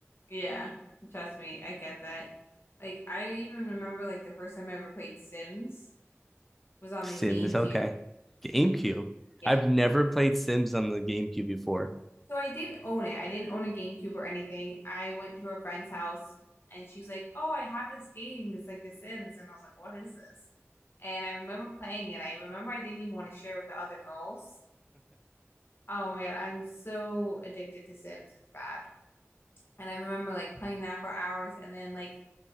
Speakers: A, on the left; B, in the centre.
A: Yeah, trust me, I get that. Like I even remember like the first time I ever played Sims was on
B: sims
A: the GameCube.
B: okay gamecube
A: Yeah,
B: i've never
A: okay.
B: played sims on the gamecube before
A: So I didn't own it. I didn't own a GameCube or anything. I went to a friend's house and she's like, "Oh, I have this game. It's like The Sims." And I was like, "What is this?" And I remember playing it. I remember I didn't even want to share with the other girls. Oh my God, I'm so addicted to Sims. It's bad. And I remember like playing that for hours and then like